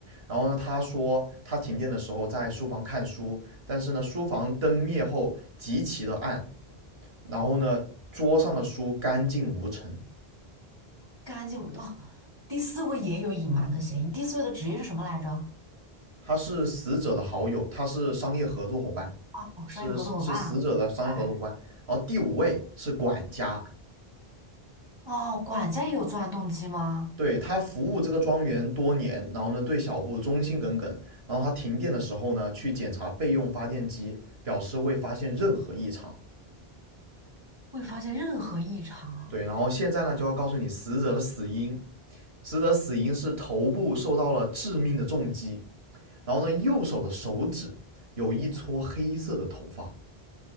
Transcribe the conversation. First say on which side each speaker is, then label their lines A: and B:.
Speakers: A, on the right (about 70°); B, on the right (about 25°).
A: 然后呢，他说他停电的时候在书房看书，但是呢，书房灯灭后极其的暗，然后呢，桌上的书干净无尘。
B: 干净哦。第四位也有隐瞒的嫌疑。第四位的职业是什么来着？
A: 他是死者的好友，他是商业合作伙伴，
B: 哦，哦商业合作伙伴。
A: 是是死者的商业合作伙伴。
B: 哎，
A: 然后第五位是管家，
B: 哦，管家也有作案动机吗？
A: 对他服务这个庄园多年，然后呢对小布忠心耿耿。然后他停电的时候呢，去检查备用发电机，表示未发现任何异常。
B: 未发现任何异常
A: 对，然后现在呢就要告诉你死者的死因，死者的死因是头部受到了致命的重击，然后呢右手的手指有一撮黑色的头发，